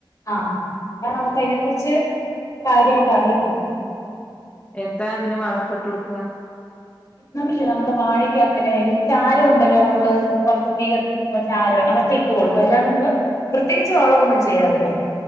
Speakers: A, on the left; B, on the left.
A: ആ എന്ന നമുക്ക് അയിനെ കുറിച്ച് കാര്യായിട്ട് അറിയത്തില്ല
B: എന്താ അതിന് വളൊക്കെ ഇട്ടൊട് ത്ത
A: നമ്മൾ ഇല്ലേ നമ്മള് വാഴക്ക് ഒക അങ്ങനെ ചാരം ഉണ്ടല്ലോ നമ്മള് പൊറത്ത് തീ കത്തിക്കുമ്പോള്ള ചാരം അവ ഇട്ട കൊടുക്കും
B: ആഹ്
A: അല്ല നമ്മള് പ്രത്യേകിച്ച് വളവൊന്നും ചെയ്യാറില്ല അത്